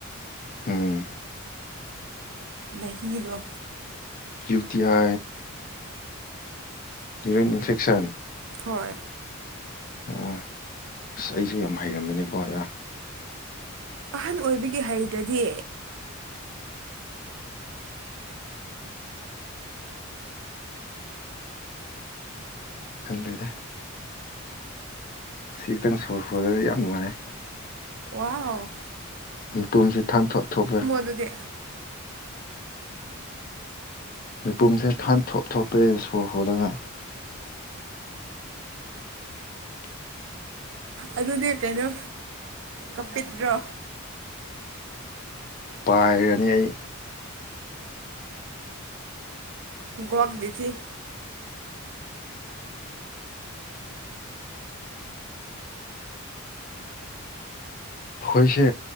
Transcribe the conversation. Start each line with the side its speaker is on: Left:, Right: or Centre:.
Left: ꯍꯝ
Right: ꯃꯍꯗꯣ
Left: ꯌꯨ ꯇꯤ ꯑ ꯌꯔꯤꯟ ꯏꯟꯐꯦꯛꯁꯟ
Right: ꯍꯣꯏ
Left: ꯑꯣ ꯑꯁ ꯑꯩꯁꯨ ꯌꯥꯝ ꯍꯩꯔꯝꯃꯤꯅꯦꯀꯣ ꯑ
Right: ꯑꯍꯟ ꯑꯣꯏꯕꯒꯤ ꯍꯩꯗ꯭ꯔꯗꯤ
Left: ꯈꯪꯗ꯭ꯔꯤꯗ ꯁꯤ ꯈꯤꯇꯪ ꯁꯣꯔ ꯁꯨꯔꯗꯁꯨ ꯌꯥꯝ ꯅꯨꯡꯉꯥꯏ
Right: ꯋꯥ
Left: ꯃꯤꯨꯝꯁꯤ ꯊꯣꯛ ꯊꯣꯛꯄꯦ
Right: ꯑꯗꯨꯗꯤ
Left: ꯃꯤꯄꯨꯝꯁꯦ ꯈꯟ ꯊꯣꯞ ꯊꯣꯞꯄꯦ ꯁꯀꯣꯔ ꯍꯣꯜꯂꯒ <inaudible> <unintelligible>
Right: ꯑꯗꯨꯅꯦ ꯀꯩꯅꯣ ꯀꯄꯤꯠꯇ꯭ꯔꯣ
Left: ꯄꯥꯏꯔꯅꯤ ꯑꯩ
Right: ꯣꯛꯒꯗꯤꯁꯤꯤ
Left: ꯑꯩꯈꯣꯏꯁꯦ